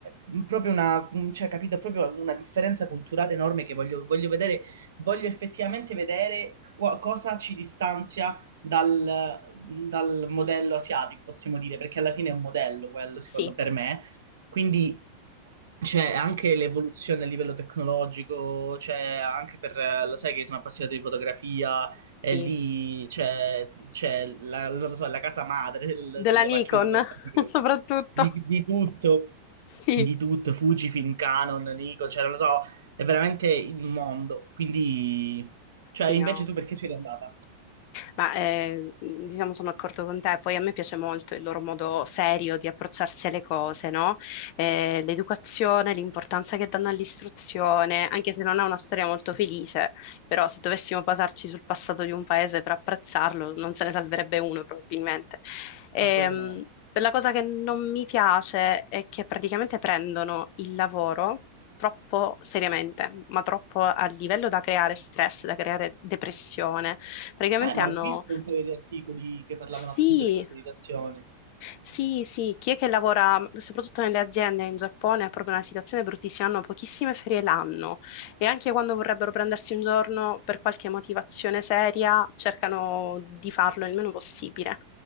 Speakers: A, on the right; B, on the left.
A: mh, proprio una, mh, cioè, capito, proprio una differenza culturale enorme che voglio, voglio vedere, voglio effettivamente vedere qua- cosa ci distanzia dal, dal modello asiatico, possiamo dire, perché alla fine è un modello quello, secondo
B: Sì,
A: per me. Quindi c'è anche l'evoluzione a livello tecnologico, c'è anche per, eh, lo sai che sono appassionato di fotografia, e
B: sì.
A: lì c'è c'è la, non lo so, la casa madre del-
B: Della
A: delle
B: Nikon,
A: macchine fotografiche,
B: <laughs> soprattutto.
A: di, di tutto,
B: Sì,
A: di tutto, Fujifilm, Canon, Nikon, cioè non lo so, è veramente il mondo. Quindi, cioè
B: sì,
A: invece
B: no.
A: tu perché sei andata?
B: ma eh, diciamo sono d'accordo con te, poi a me piace molto il loro modo serio di approcciarsi alle cose, no? Eh, l'educazione, l'importanza che danno all'istruzione, anche se non è una storia molto felice, però se dovessimo basarci sul passato di un paese per apprezzarlo, non se ne salverebbe uno probabilmente. Ehm,
A: A quello no.
B: la cosa che non mi piace è che praticamente prendono il lavoro troppo seriamente, ma troppo a livello da creare stress, da creare depressione Praticamente
A: Ah, eh, ma
B: hanno...
A: ho visto un paio di articoli che parlavano
B: Sì,
A: appunto di questa situazione.
B: sì, sì, chi è che lavora soprattutto nelle aziende in Giappone ha proprio una situazione bruttissima, hanno pochissime ferie l'anno e anche quando vorrebbero prendersi un giorno per qualche motivazione seria cercano di farlo il meno possibile.